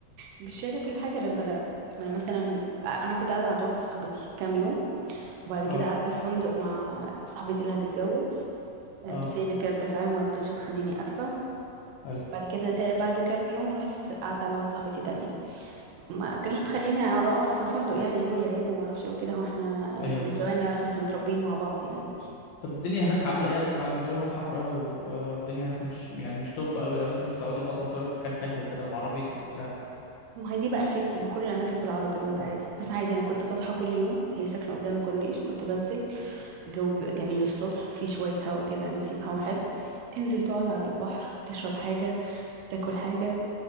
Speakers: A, on the right; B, on the left.
A: مش شايله كل حاجه لما انا ما انا مثلا انا كنت قاعده عند واحده صاحبتي كام يوم وبعد
B: اه
A: كده قعدت في فندق مع صاحبتي اللي هتتجوز آه،
B: اه
A: بس هي اللي كانت دافعه ما رضتش تخليني ادفع
B: حلو
A: بعد كده تا- بعد كام يوم رحت س- قعدت عند واحده صاحبتي تانية ما كانوش مخليني يعني اقعد في فندق يعني قالوا لي عيب وما اعرفش ايه وكده هو احنا يعني
B: ايوه
A: من
B: بالظبط
A: زمان نعرف احنا متربيين مع بعض يعني
B: طب الدنيا هناك عاملة ايه انا اسمع ان الجو هناك حر قوي و... آه، والدنيا هناك مش يعني مش طب قوي لو انت مش هتقعدي فترة طويلة في مكان حلو كده بعربيتك وبتاع
A: ما هي دي بقى الفكره ان كل الاماكن بالعربيات عادي بس عادي انا كنت بصحى كل يوم هي ساكنه قدام الكورنيش كنت بنزل الجو بيبقى جميل الصبح في شويه هوا كده نسيم هوا حلو تنزل تقعد على البحر تشرب حاجه تاكل حاجه